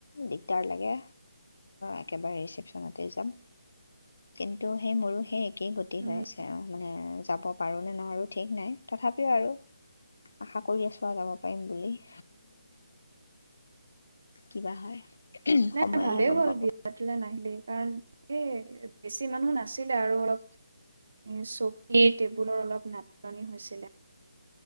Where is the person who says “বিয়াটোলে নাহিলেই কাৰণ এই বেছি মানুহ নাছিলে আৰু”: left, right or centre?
Right